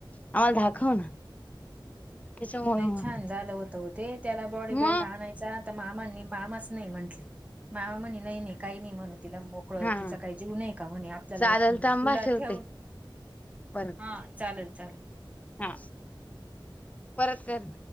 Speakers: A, on the left; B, on the right.
A: आम्हाला दाखव ना. त्याच्यामुळं
B: लई
A: मग
B: छान झालं होतं ओ ते. त्याला बॉडी
A: मग
B: बेल्ट आणाय चा. त मामानी मामाच नाही म्हंटले. मामा म्हणे नाही नाही काही नाही म्हणे तिला. मोक ळ.
A: हा
B: तिचा काय जीव नाही का म्हणे. आपल्याला
A: चालेल
B: तुला
A: थांबा ठेवते
B: ठेव
A: परत
B: हा चालेल चालेल.
A: हा. परत कर.